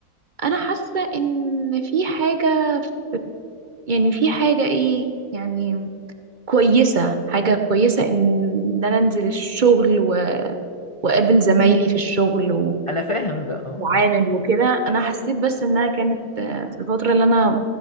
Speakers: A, on the right; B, on the left.
A: انا حاسه ان في حاجه يعني في حاجه ايه يعني كويسه حاجه كويسه ان انا انزل الشغل و- واقابل زمايلي في الشغل
B: انا فاهم ده اه
A: واتعامل وكده انا حسيت بس انها كانت آه، في الفتره اللي انا